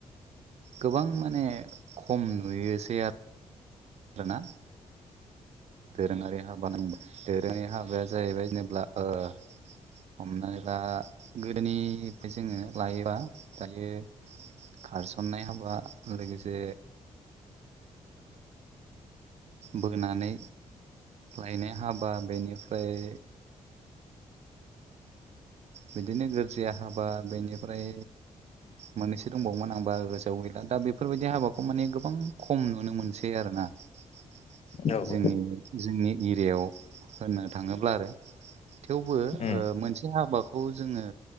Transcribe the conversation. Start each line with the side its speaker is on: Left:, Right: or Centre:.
Right: गोबां माने खम नुयोसै आ रो ना दोरोङारि हाबा होन दोरोङारि हाबाया जाहैबाय जेब्ला हमनानै दा गोदोनिफ्राय जोङो लायोबा दायो खारसननाय हाबा लोगोसे बोनानै लायनाय हाबा बेनिफ्राय बिदिनो गोरजिया हाबा बेनिफ्राय मोननैसो दंबावोमोन आंबा गोजोआव गैला दा बेफोरबायदि हाबाखौ माने गोबां खम नुनो मोनसै आरोना <inaudible>
Left: औ
Right: जोंनि
Left: औ
Right: जोंनि एरियायाव होननो थाङोब्ला आरो थेवबो
Left: उम
Right: ओ मोनसे हाबा खौ जोङो